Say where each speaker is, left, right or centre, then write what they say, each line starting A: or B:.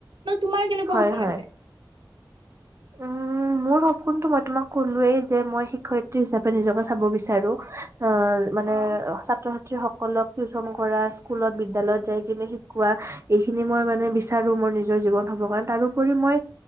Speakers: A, on the right; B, on the right.
A: তোমাৰ কেনেকুৱা
B: হয়
A: সপোন
B: হয়
A: আছে
B: উম মোৰ সপোনটো মই তোমাক কলোোৱেই যে মই শিক্ষয়িত্ৰী হিচাপে নিজকে চাব বিচাৰো অ' মানে
A: অ'।
B: ছাত্ৰ ছাত সকলক টিউচন কৰা স্কুলত বিদ্যালয়ত যাই কিনে শিকোৱা এইখিনি মই মানে বিচাৰো মোৰ নিজৰ জীৱন হব কাৰণে তাৰোপৰি মই